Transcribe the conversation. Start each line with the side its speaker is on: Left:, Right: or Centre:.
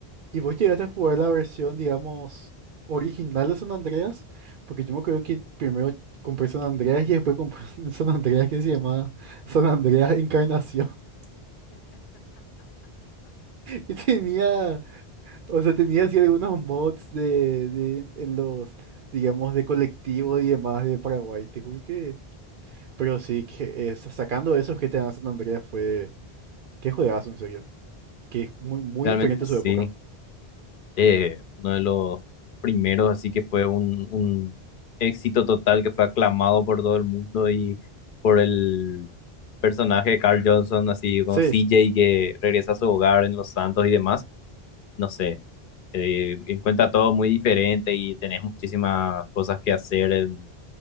Right: ¿Y vos llegaste a jugar la versión, digamos, original de San Andreas? Porque yo me acuerdo que primero compré San Andreas y después compré <laughs> un San Andreas que se llamaba San Andreas Encarnación. <laughs> Y tenía, o sea, tenía así algunos mods de, de- en los, digamos, de colectivo y demás de Paraguay. Te juro que... Pero sí, que eh, sa- sacando eso, GTA San Andreas fue... Qué juegazo, en serio. Que es muy, muy
Left: Realmente
Right: diferente a
Left: sí,
Right: su época.
Left: eh, uno de los primeros, así que fue un, un éxito total que fue aclamado por todo el mundo y por el personaje de Carl Johnson, así como
Right: Sí.
Left: CJ que regresa a su hogar en Los Santos y demás. No sé. eh, encuentra todo muy diferente y tenés muchísimas cosas que hacer en-